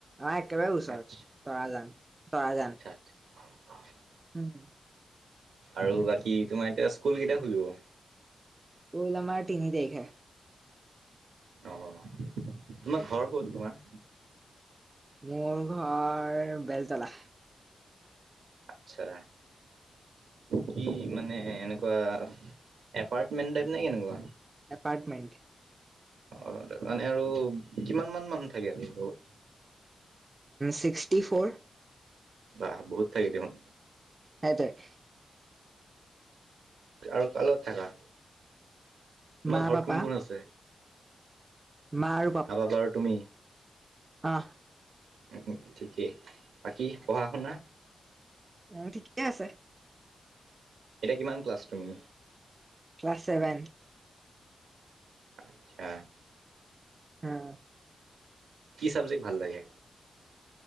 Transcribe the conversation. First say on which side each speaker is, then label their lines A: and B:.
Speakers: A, on the right; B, on the right.
A: অ', একেবাৰে ওচৰত
B: আচ্ছা
A: তৰাজান তৰাজান।
B: <inaudible>
A: উম।
B: আৰু বাকী তোমাৰ এতিয়া স্কুল কেইটা খুলিব?
A: স্কুল আমাৰ তিনি তাৰিখে।
B: অ', তোমাৰ ঘৰ ক'ত তোমাৰ?
A: মোৰ ঘৰ বেলতলা।
B: আটচ্ছা। কি মানে এনেকুৱা এপাৰ্টমেন্ট টাইপ নে কেনেকুৱা।
A: এপাৰ্টমেণ্ট।
B: অ', মানে আৰু কিমান মান মানুহ থাকে আৰু লগত।
A: Sixty four.
B: বাহ বহুত থাকে দেখোন।
A: সেইটোৱে
B: আৰু কা লগত থাকা। তোমাৰ
A: মা
B: ঘৰত
A: পাপা
B: কোন কোন আছে?
A: মা আৰু
B: মা পাপা আৰু তুমি।
A: অ'।
B: উম ঠিকেই বাকী পঢ়া শুনা।
A: উ ঠিকেই আছে।
B: এতিয়া কিমান ক্লাছ তুমি।
A: Class seven.
B: আচ্ছা।
A: হা
B: কি চাবজেক্ট ভাল লাগে।